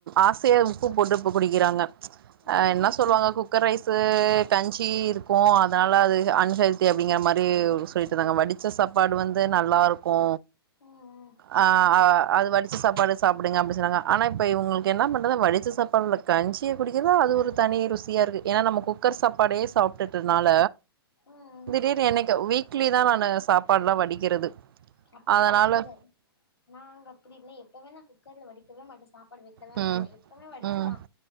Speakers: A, on the right (about 65°); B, on the left (about 80°).
A: ஆசையா உப்பு போட்டு இப்ப குடிக்கிறாங்க
B: ம்
A: அ என்ன சொல்லுவாங்க குக்கர் ரைஸு கஞ்சி இரு இருக்கு அதனால அது அன்ஹெல்தி அப்படிங்கிற மாதிரி சொல்லிட்டுருந்தாங்க வடிச்ச சாப்பாடு வந்து நல்லாயிருக்கு
B: ம் ம் ம்
A: ஆ அது வடிச்சு சாப்பாடு சாப்பிடுங்க அப்படின்னு சொன்னாங்க ஆனா இப்ப இவங்களுக்கு என்ன பண்றது வடிச்ச சாப்பாடுல கஞ்சிய குடிக்குறதே அது ஒரு தனி ருசியா இருக்கு ஏன்னா நம்ம குக்கர் குக்கர் சாப்பாடே சாப்ட்டு அதனால
B: ம்
A: திடீர்னு
B: ம்
A: என்னைக்கு வீக்லி தான் நானு சாப்பாடுல்லா வடிக்கிறது
B: அப்படியா
A: அதனால
B: நாங்க நாங்க அப்படி இல்லை எப்பவே நான் குக்கர்ல வடிக்கவே மாட்டேன் சாப்பாடு வைக்கவே
A: ம்
B: மாட்டே எப்பவுமே வடிச்சுதான்
A: ம்